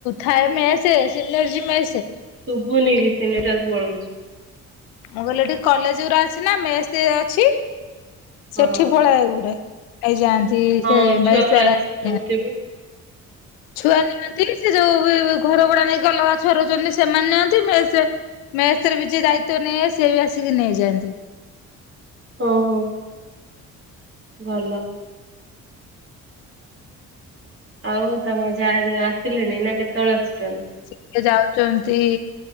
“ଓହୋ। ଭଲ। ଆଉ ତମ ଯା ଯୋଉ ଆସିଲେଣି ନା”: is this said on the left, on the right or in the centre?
Right